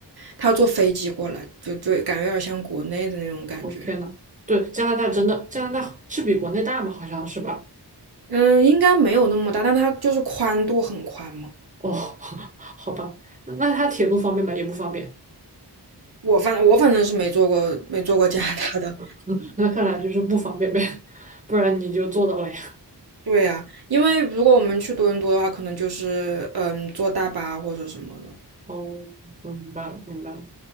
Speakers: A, on the right; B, on the right.
A: 他要坐飞机过来，就就感觉有点像国内的那种感觉。
B: 我、天呐，对，加拿大真的，加拿大是比国内大吗？好像是吧？
A: 嗯，应该没有那么大，但他就是宽度很宽嘛。
B: 哦，<laughs> 好吧，那那它铁路方便吗？也不方便，
A: 我反我反正是没坐过没坐过加拿大的。
B: <laughs> 那看来就是不方便呗，<laughs> 不然你就做到了呀。
A: 对呀，因为如果我们去多伦多的话，可能就是嗯坐大巴或者什么的。
B: 哦，我明白了，明白了。